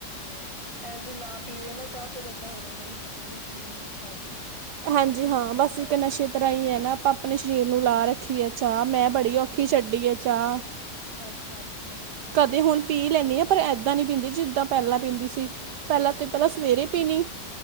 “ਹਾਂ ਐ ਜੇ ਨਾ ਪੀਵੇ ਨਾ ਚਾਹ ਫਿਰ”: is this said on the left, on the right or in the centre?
Right